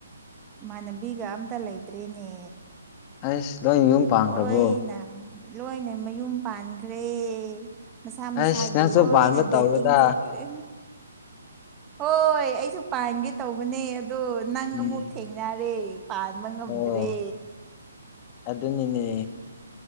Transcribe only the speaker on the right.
ꯏꯃꯥꯟꯅꯕꯤꯒ ꯑꯝꯇ ꯂꯩꯇ꯭ꯔꯦꯅꯦ
ꯂꯣꯏꯅ ꯂꯣꯏꯅ ꯃꯌꯨꯝ ꯄꯥꯟꯈ꯭ꯔꯦ ꯃꯁꯥ ꯃꯁꯥꯒꯤ
ꯂꯣꯏꯅ
ꯗꯦꯇꯤꯡ ꯆꯠꯈ꯭ꯔꯦ ꯍꯣꯏ ꯑꯩꯁꯨ ꯄꯥꯟꯒꯦ ꯇꯧꯕꯅꯦ ꯑꯗꯣ ꯅꯪ
ꯑꯃꯨꯛ ꯊꯦꯡꯅꯔꯦ ꯄꯥꯟꯕ ꯉꯝꯗꯔꯦ